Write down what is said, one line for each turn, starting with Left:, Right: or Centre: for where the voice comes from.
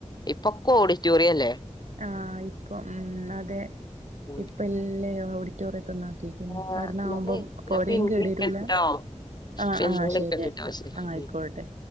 Left: ഇപ്പൊക്കെ ഓഡിറ്റോറിയല്ലേ
Right: ആഹ് ഇപ്പം ഉം അതെ
Left: ഉം
Right: ഇപ്പ <unintelligible> ഓഡിറ്റോറിയത്ത്ന്ന് ആക്കിക്ക്ണ്
Left: ആ
Right: അവ്ട്ന്ന്
Left: എന്നാലേ
Right: ആവുമ്പോ പോരീം
Left: ഞാൻ പിന്നെ
Right: കേടരൂല
Left: വിളിക്കട്ടോ <inaudible>
Right: ആ ആ
Left: വിളിക്കണ്ടിട്ടോ
Right: ശരി
Left: ശരി
Right: ആ ആയിക്കോട്ടെ.